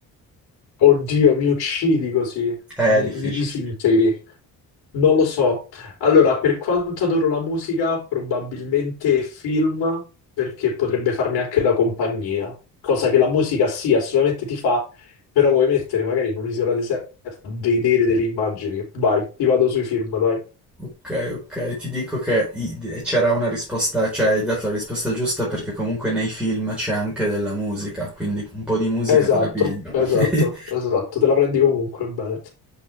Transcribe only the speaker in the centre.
È
difficile.
Ok, ok, ti dico che i- c'era una risposta, cioè hai dato la risposta giusta perché comunque nei film c'è anche della musica, quindi un po' di musica
te la pigli.
<laughs>